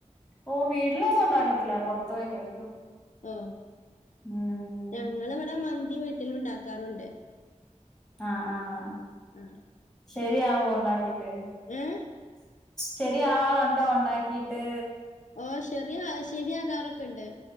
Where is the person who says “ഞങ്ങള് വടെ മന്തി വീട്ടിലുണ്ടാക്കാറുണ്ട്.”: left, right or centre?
Left